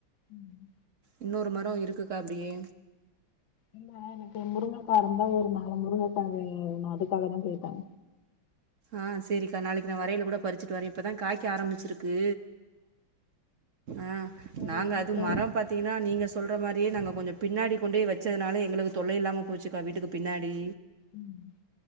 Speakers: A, on the left; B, on the right.
A: ம்
B: இன்னொரு மரோ இருக்குக்கா அப்படியே
A: என்ன எனக்கு முருங்கைக்காரம் தான் ஒரு நாலு முருங்கை வந்து உன்ன அதுக்காக தா கேட்ட
B: ஆஹ் சரிக்கா நாளைக்கு நான் வரையில கூட பறிச்சுட்டு வரேன் இப்பதான் காய்க்க ஆரம்பிச்சிருக்கு ஆ நாங்க
A: இல்லன்னா
B: அது
A: கூட
B: மரோ பார்த்தீங்கன்னா நீங்க சொல்ற மாதிரியே நாங்கள் கொஞ்சம் பின்னாடி கொண்டே வச்சதுனால எங்களுக்கு தொல்லை இல்லாமல் போச்சுக்கா வீட்டுக்கு பின்னாடி
A: ம்